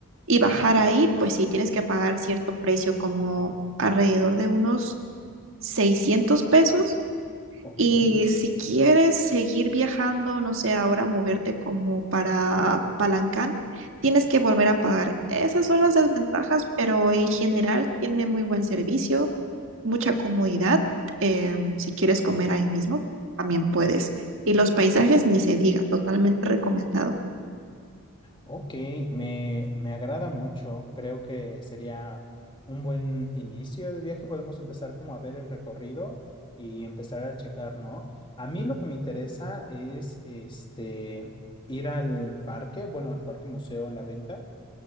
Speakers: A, on the right (about 60°); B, on the left (about 20°).
A: y bajar ahí, pues sí tienes que pagar cierto precio, como alrededor de unos 600 pesos.
B: Ok,
A: Y si quieres seguir viajando, no sé, ahora moverte como para Balancán, tienes que volver a pagar. Esas son las desventajas, pero en general tiene muy buen servicio, mucha comodidad. Eh, si quieres comer ahí mismo, también puedes. Y los paisajes, ni se diga, totalmente recomendado.
B: ok, me, me agrada mucho. Creo que sería un buen inicio de viaje. Podemos empezar como a ver el recorrido y empezar a checar, ¿no? A mí lo que me interesa es este, ir al parque, bueno, al parque museo La Venta